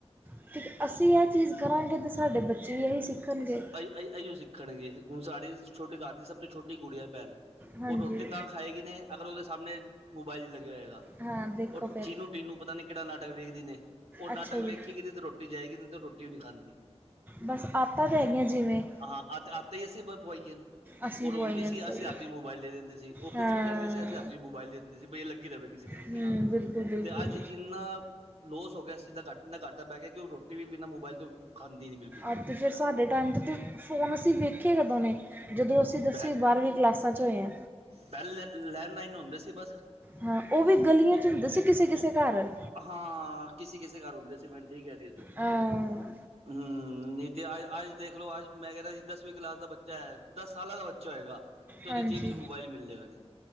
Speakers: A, on the right; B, on the right.
A: ਅਤੇ ਠੀਕ ਅਸੀਂ ਇਹ ਚੀਜ਼ ਕਰਾਂਗੇ ਅਤੇ ਸਾਡੇ ਬੱਚੇ ਵੀ ਇਹੀ ਸਿੱਖਣਗੇ।
B: ਅਹੀਂ ਸਿੱਖਣਗੇ, ਹੁਣ ਸਾਡੇ ਛੋਟੇ ਘ ਦੀ ਸਭ ਤੋਂ ਛੋਟੀ ਕੁੜੀ ਹੈ ਭੈਣ
A: ਹਾਂਜੀ
B: ਉਹ ਰੋਟੀ ਤਾਂ ਖਾਏਗੀ ਨਹੀਂ ਅਗਰ ਉਹਦੇ ਸਾਹਮਣੇ ਮੋਬਾਇਲ ਲੱਗਿਆ ਹੋਏਗਾ।
A: ਹਾਂ ਦੇਖੋ
B: ਉਹ
A: ਫਿਰ
B: ਚੀਨੂੰ ਟਟੀਨੂੰ ਪਤਾ ਨੀ ਕਿਹੜਾ ਨਾਟਕ ਵੇਖਦੀ ਨੇ। ਉਹ ਨਾਟਕ
A: ਅੱਛਾ ਜੀ
B: ਵੇਖੀਗੀ ਤੇ ਰੋਟੀ ਜਾਏਗੀ ਨਹੀਂ ਤੇ ਉਹ ਰੋਟੀ ਵੀ ਨੀ ਖਾਂਦੀ।
A: ਬਸ ਆਤਾਂ ਰਹਿ ਗਈਆਂ ਜਿਵੇਂ।
B: ਹਾਂ ਅੱ ਹੀ ਅਸੀਂ ਪਵਾਈਏ।
A: ਅਸੀਂ
B: ਉਹ ਰੋਂਿੰਦੀ
A: ਪਵਾਈਆਂ
B: ਸੀ
A: ਸਹੀ
B: ਅਸੀਂ ਹਾਤ ਮੋਬਾਇਲ ਦੇਂਦੇ ਸੀ ਉਹ
A: ਹਾਂ
B: ਕੁਛ ਵੀ ਕਰਦੇ ਸੀ ਅਸੀ ਹਾਤ ਮੋਬਾਇਲ ਦੇ ਦਿੰਦੇ ਸੀ ਵੀਈ ਇਹ ਲੱਗੀ ਰਹੇ ਕਿਸੇ ਤਰੀਕੇ
A: ਹੂੰ
B: ਨਲ
A: ਬਿਲਕੁਲ ਬਿਲਕੁਲ
B: ਤੇ ਅੱਜ ਇੰਨਾ ਲੋਸ ਹੋ ਗਿਆ ਇਸ ਚਜ਼ ਦਾ ਘੱਟ ਦਾ ਘਟ ਪੈ ਗਿਆ ਕਿ ਉਹ ਰੋਟੀ ਵੀ ਬਿਨਾਂ ਮੋਬਾਈਲ ਤੋਂ ਖਾਂਦੀ ਨੀ ਬਿਲਕੁਲ ਵੀ।
A: ਅੱਜ ਤੇ ਫਿਰ ਸਾਡੇ ਟਾਈਮ 'ਤੇ ਤਾਂ ਫੋਨ ਅਸੀਂ ਵੇਖੇ ਕਦੋਂ ਨੇ। ਜਦੋਂ ਅਸੀਂ ਦਸਵੀ
B: ਪਹਿ
A: ਬਾਰਵੀਂ ਕਲਾਸਾਂ 'ਚ ਹੋਏ ਐ।
B: ਪਹਿਲੇ ਲੈਂਡਲਾਈਨ ਹੁੰਦੇ ਸੀ ਬਸ
A: ਹਾਂ ਉਹ ਵੀ ਗਲੀਆਂ
B: ਉਹ
A: ਚ ਹੁੰਦੇ ਸੀ ਕਿਸੇ -ਕਿਸੇ
B: ਉਹ
A: ਘਰ।
B: ਹਾਂ, ਕਿਸੇ-ਕਿਸੇ ਘਰ ਹੁੰਦੇ ਸੀ ਭੈਣ ਠੀ ਕਹਿਦੀ ਤੂੰ।
A: ਹਾਂ,
B: ਹਮ ਨ ਤੇ ਅ ਅੱਜ ਦੇਖਲੋ ਅੱਜ ਮੈਂ ਕਹਿ ਜੀ ਦਸਵੀਂ ਕਲਾਸ ਦਾ ਬੱਚਾ ਐ ਸਾਲਾਂ ਦਾ ਬੱਚਾ ਹੋਏਗਾ ਤੇ
A: ਹਾਂਜੀ
B: ਉਹਦੇ ਜੇਬ ਚ ਮੋਬਾਇਲ ਮਿਲਲੇਗਾ ਨੀ।